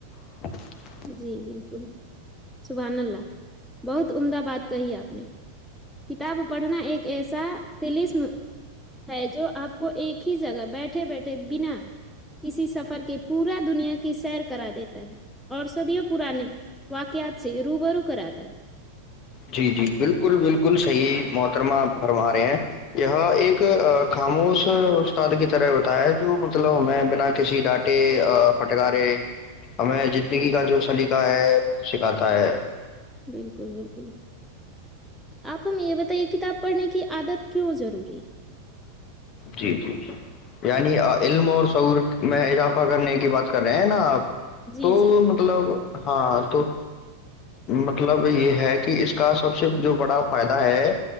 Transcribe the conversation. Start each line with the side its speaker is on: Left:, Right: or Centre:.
Left: <unintelligible>
Centre: جی بالکل سبحان اللہ بہت عمدہ بات کہی آپ نے کتاب پڑھنا ایک ایسا تلسم ہے جو آپ کو ایک ہی جگہ بیٹھے بیٹھے بنا کسی سفر کے پورا دنیا کی سیر کرا دیتا ہے اورسدی پرانے واقعات سے روب رو کراتا ہے
Left: جی جی بالکل بالکل صحیح محترمہ آپ فرما رہے ہیں یہ ایک خاموش استاد کی طرح ہوتا ہے جو مطلب ہمیں بنا کسی ڈانٹے پھٹکارے ہمیں زندگی کا جو سلیقہ ہے وہ سکھاتا ہے
Centre: بالکل بالکل آپ ہمیں یہ بتائیے کتاب پڑھنے کی عادت کیوں ضروری ہے
Left: جی جی جی یعنی علم اور سعور میں اضافہ کرنے کی بات کر رہے ہیں نا آپ
Centre: ہے جی
Left: تو
Centre: جی
Left: مطلب ہاں تو مطلب یہ ہے کہ اس کا سب سے جو بڑا فائدہ ہے